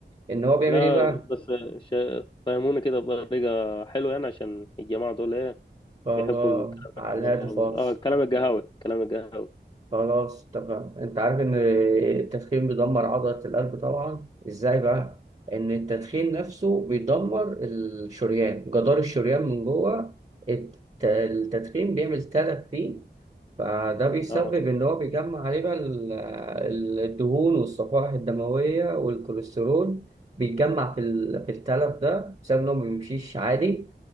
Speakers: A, on the right (about 35°); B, on the left (about 25°).
A: إن هو بيعمل
B: لا
A: إيه بقى؟
B: بس ش- فهموني كده بطريقه حلوه يعني عشان الجماعه دول ايه
A: خلاص
B: بيحبوا الكلام
A: على
B: ال-
A: الهادي خالص
B: اه الكلام القهاوي الكلام القهاوي
A: خلاص تمام أنت عارف إن التدخين بيدمر عضلة القلب طبعا إزاي بقى؟ إن التدخين نفسه بيدمر الشريان جدار الشريان من جوه الت- التدخين بيعمل تلف فيه فده بيسبب
B: اه
A: إن هو بيجمع عليه بقى ال- ال- الدهون والصفائح الدموية والكوليسترول بيتجمع في ال- في التلف ده بسبب إنه ما بيمشيش عادي